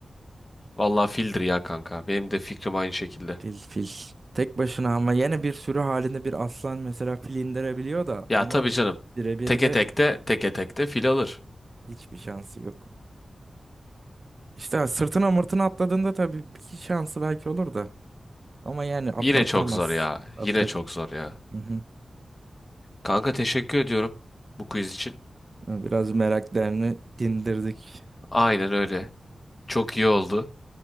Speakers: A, on the left (about 25°); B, on the right (about 40°).
A: Vallahi fildir ya kanka. Benim de fikrim aynı şekilde.
B: Fil fil. Tek başına ama yine bir sürü halinde bir aslan mesela fil indirebiliyor da
A: Ya
B: ama
A: tabii canım.
B: birebir
A: Teke
B: de
A: tekte teke tekte fil alır.
B: hiçbir şansı yok. İşte sırtına mırtına atladığında tabii bir iki şansı belki olur da. Ama yani atlattırmaz.
A: Yine çok zor ya.
B: Atla.
A: Yine çok zor ya.
B: Hı hı.
A: Kanka teşekkür ediyorum bu quiz için.
B: Yani Biraz meraklarını dindirdik.
A: Aynen öyle. Çok iyi oldu.